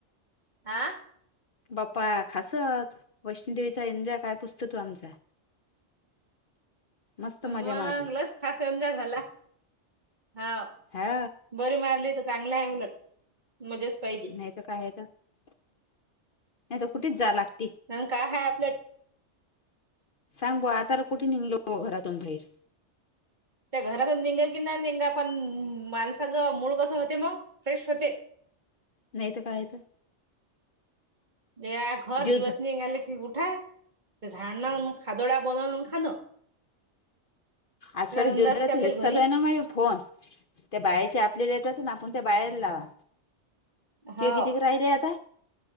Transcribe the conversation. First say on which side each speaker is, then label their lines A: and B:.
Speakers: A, on the right (about 40°); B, on the left (about 55°).
A: हा.
B: बाप्पा खासच वैष्णूदेवीचा एन्जाॅय काय पुसत तू आमचा. मस्त
A: मग
B: मजा मारली
A: लक <unintelligible> झाला हाव.
B: हा
A: बरे मारले तर चांगलं आहे उलट. मध्येच पाहिजे.
B: नाही तर काय हाय ग. नाही तर नाही तर कुठेच जाया लागती.
A: नवीन काय हाय आपल्यात?
B: सांग बुवा आता कुठे निघलो घरातून बाहेर.
A: त्या घरातून निंग की ना निंगा पण माणसाच मूड कसं होते मग फ्रेश होते.
B: नाही तर काह येते.
A: दे आ घर
B: दिवसभर
A: दिवस निगाले उठा झाडनं म खादोड बनवनं म खानं.
B: आज सरी
A: धंदा
B: दिवसभराच
A: असते आपल्याला
B: हेच चालू
A: घरी
B: आहे ना माझे फोन. त्या बाहेरचे आपल्याला येतात ना आपण त्या बाहेर लावा
A: हो
B: ते किती ग राहिले आता?